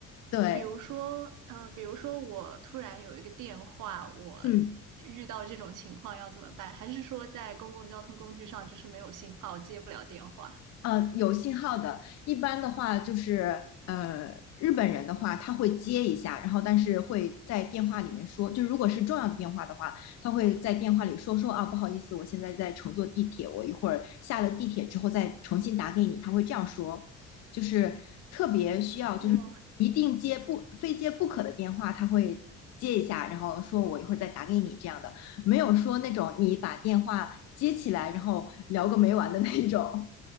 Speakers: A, on the left; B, on the right.
A: 对，
B: 比如说，呃，比如说我突然有一个电话，我遇到这种情况要怎么办？
A: 嗯，
B: 还是说在公共交通工具上就是没有信号，接不了电话？
A: 呃，有信号的，一般的话就是呃，日本人的话他会接一下，然后但是会在电话里面说，就如果是重要的电话的话，他会在电话里说说啊，不好意思，我现在在乘坐地铁，我一会儿下了地铁之后再重新打给你，他会这样说，就是特别需要就是一定接不非接不可的电话，
B: 我
A: 他会。接一下，然后说我一会儿再打给你这样的，没有说那种你把电话接起来，然后聊个没完的那种。